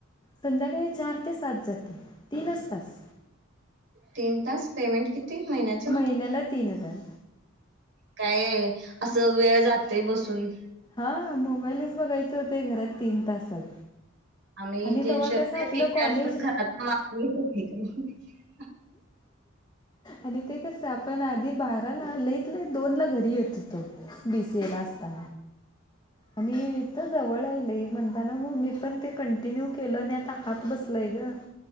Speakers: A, on the left; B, on the right.
A: संध्याकाळी चार ते सात जाते तीनच तास
B: तीन तास पेमेंट किती महिन्याचं
A: महिन्याला तीन हजार
B: काय आहे असं वेळ जातय बसुन
A: हा मोबाईलच बघायचं होत घरात तीन तासात
B: आम्ही
A: आणि
B: जनवर
A: तेव्हा कसं आपलं कॉलेज
B: र पण घरात वापून घेत <unintelligible>
A: आणि ते कस पण आधी बाराला लईत लईत दोन ला घरी येत होतो बीसीए ला असता आणि इथ जवळ‌ आहे लय म्हणताना म पण ते कंटिन्यू केलं नाही आता हात बसलाय ग